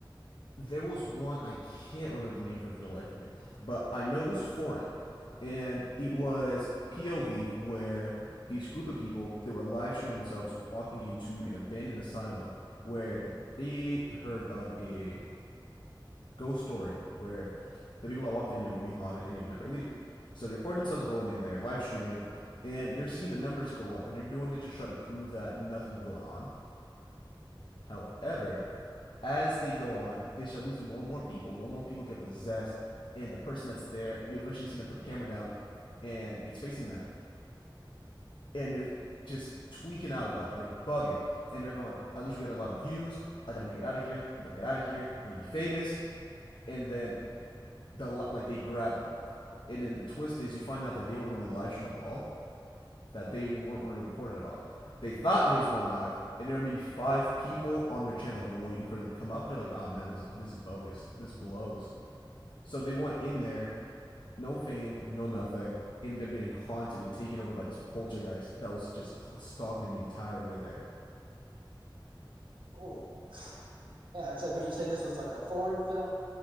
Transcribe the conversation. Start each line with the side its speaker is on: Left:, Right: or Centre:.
Left: There was one I can't remember the name for for the life of me, but I know it was foreign, and it was POV where these group of people they were live streaming themselves walking into an abandoned asylum where they heard of a ghost story where the people that walked in there would be haunted and they would never leave. So they record themselves going in there, live streaming it, and they're seeing the numbers go up, and they're doing it to try to prove that nothing's going on. However, as they go on, they start losing more and more people. More and more people get possessed, and the person that's there, you eventually see them put the camera down, and it's facing them, and they're just tweaking out about it. They're bugging, and they're going, "At least we got a lot of views. I gotta make it out of here. I gotta get out of here. I want to be famous." And then the like they grab them And then the twist is you find out that they weren't really live streaming at all, that they weren't really recording at all. They thought it was going live, and there are maybe five people on their channel waiting for them to come up. They're like, oh man, this is this is bogus. This blows. So they went in there, no fame, no nothing, ended up getting haunted and taken over by this poltergeist that was just stalking him the entire way there.
Right: Oh, yeah, that's okay. You say this was like a foreign film.